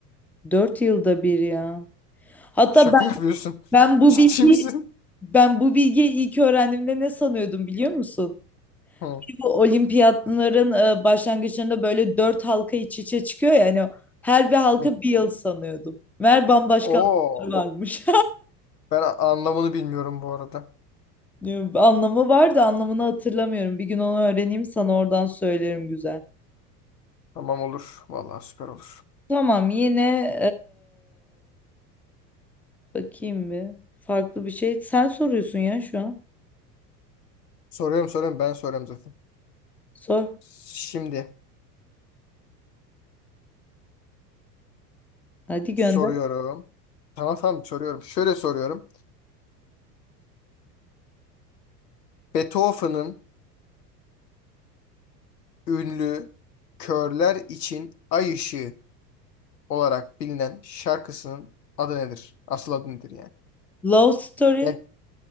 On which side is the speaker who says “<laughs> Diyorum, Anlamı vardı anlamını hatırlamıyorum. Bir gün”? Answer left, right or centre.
Centre